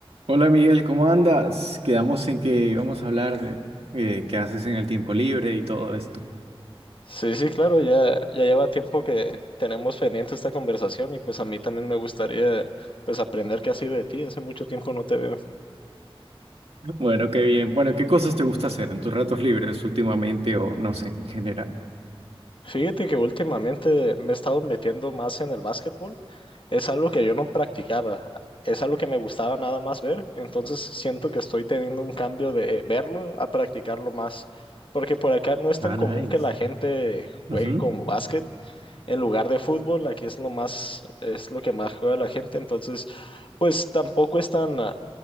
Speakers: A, on the right; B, on the left.
A: Hola Miguel, ¿cómo andas? Quedamos en que vamos a hablar de eh, qué haces en el tiempo libre y todo esto.
B: Sí, sí, claro, ya, ya lleva tiempo que tenemos pendiente esta conversación y pues a mí también me gustaría pues aprender qué ha sido de ti, hace mucho tiempo no te veo.
A: Bueno, qué bien. Bueno, ¿qué cosas te gusta hacer en tus ratos libres últimamente o no sé, en general?
B: Fíjate que últimamente me he estado metiendo más en el básquetbol, es algo que yo no practicaba, es algo que me gustaba nada más ver, entonces siento que estoy teniendo un cambio de verlo a practicarlo más, porque por acá no es tan
A: Ah,
B: común
A: nice.
B: que la gente
A: Ujú.
B: juegue con básquet en lugar de fútbol, aquí es lo más, es lo que más juega la gente, entonces, pues tampoco es tan, ah,